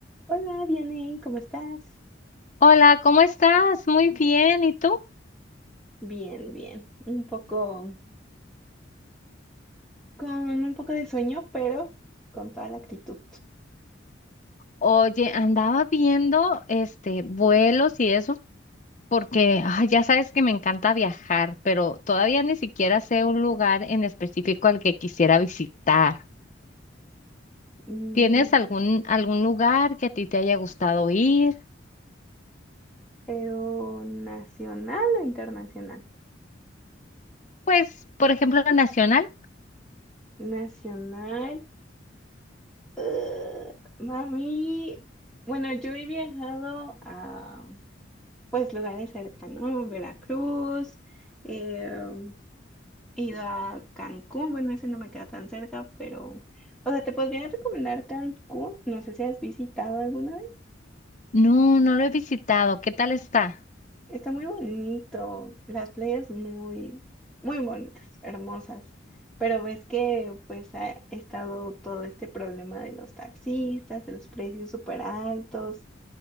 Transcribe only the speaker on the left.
Hola, ¿cómo estás? Muy bien, ¿y tú?
Oye, andaba viendo este vuelos y eso, porque ah, ya sabes que me encanta viajar, pero todavía ni siquiera sé un lugar en específico al que quisiera visitar.
¿Tienes algún algún lugar que a ti te haya gustado ir?
Pues, por ejemplo, la Nacional.
No, no lo he visitado. ¿Qué tal está?